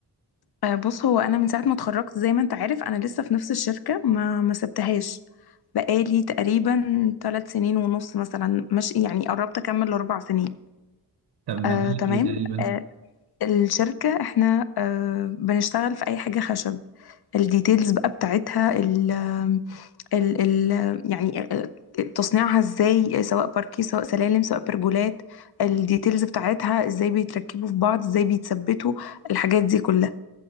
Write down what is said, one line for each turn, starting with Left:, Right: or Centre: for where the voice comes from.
Left: آه، بص هو انا من ساعه ما اتخرجت زي ما انت عارف انا لسه في نفس الشركه ما ما سبتهاش بقالي تقريبا ثلاث سنين ونص مثلا مش يعني قربت اكمل اربع سنين
Right: طب مجالك
Left: آه، تمام
Right: ايه تقريبا؟
Left: آه، الشركه احنا آه، بنشتغل في اي حاجه خشب الديتيلز بقى بتاعتها ال ال ال يعني آه، تصنيعها ازاي سواء باركيه سواء سلالم سواء برجولات الديتيلز بتاعتها ازاي بيتركبوا في بعض ازاي بيتثبتوا الحاجات دي كلها